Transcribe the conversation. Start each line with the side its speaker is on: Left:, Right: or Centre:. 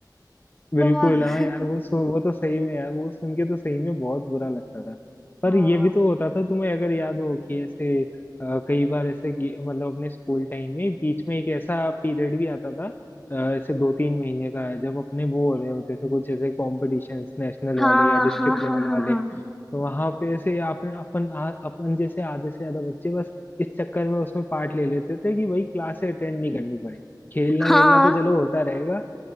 Left: बिल्कुल
Centre: बहुत
Left: हाँ यार वो सु, वो तो सही में यार वो सुन के तो सही में बहुत बुरा लगता था पर
Centre: हाँ
Left: ये भी तो होता था तुम्हें अगर याद हो कि ऐसे अ, कई बार ऐसे गे- मतलब अपने स्कूल टाइम में बीच में एक ऐसा पीरियड भी आता था अ, ऐसे दो तीन महीने का जब अपने वो हो रहे होते थे कुछ ऐसे कॉम्पिटिशन्स नेशनल
Centre: हाँ
Left: वाले या डिस्ट्रिक्ट
Centre: हाँ
Left: लेवल
Centre: हाँ हाँ
Left: वाले
Centre: हाँ
Left: तो वहां पे ऐसे आपने अपन आ, अपन जैसे आधे से ज्यादा बच्चे बस इस चक्कर में उसमें पार्ट ले लेते थे कि भाई क्लासे अटेंड नहीं करनी पड़े खेलना
Centre: हाँ
Left: वेलना तो चलो होता रहेगा